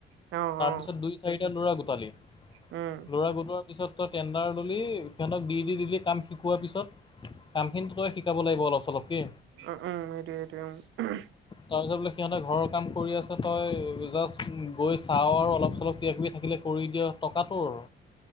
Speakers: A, on the right (about 80°); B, on the left (about 25°).
A: অ',
B: তাৰপিছত
A: অ'।
B: দুই, চাৰিটা ল'ৰা গোটালি,
A: উম,
B: ল'ৰা গোটোৱাৰ পিছত তই টেণ্ডাৰ ল'লি সিহঁতক দি, দি, দিলি কাম শিকোৱাৰ পিছত কামখিনি তই শিকাব লাগিব। অলপ চলপকৈ
A: উ, উম, এৰি, এৰি, উম।
B: তাৰপিছত বোলে সিহঁতে ঘৰৰ কাম কৰি আছে। তই জাষ্ট গৈ চাও আৰু অলপ, চলপ কিবা, কিবি থাকিলে কৰি দিয়। টকা টোৰ।